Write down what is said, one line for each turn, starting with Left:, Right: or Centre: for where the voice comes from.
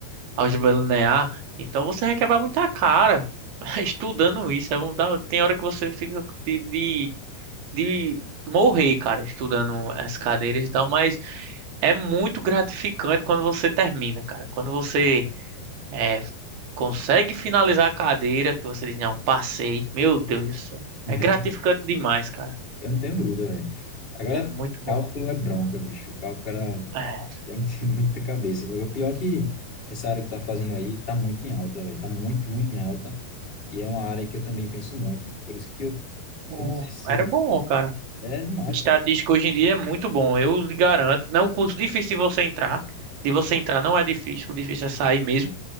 Right: álgebra linear. Então você vai quebrar muita cara <laughs> estudando isso. É, um da- tem hora que você fica de, de, de morrer, cara, estudando as cadeiras e tal, mas é muito gratificante quando você termina, cara. Quando você é, consegue finalizar a cadeira que você diz, não, passei. Meu Deus do céu.
Left: <laughs>
Right: É gratificante demais, cara.
Left: Eu não tenho dúvida, velho. Agora,
Right: É muito bom.
Left: cálculo é bronca, bicho. Cálculo, cara,
Right: É,
Left: tem que ter <laughs> muita cabeça. velho. O pior é que essa área que tá fazendo aí tá muito em alta, velho. Tá muito, muito em alta. E é uma área que eu também penso muito. Por isso que eu,
Right: o-
Left: eu não sei se seria.
Right: era bom, cara.
Left: É demais,
Right: Estatística
Left: pô.
Right: hoje em dia é muito bom, eu lhe garanto. Não é um curso difícil de você entrar. De você entrar não é difícil, o difícil é sair mesmo.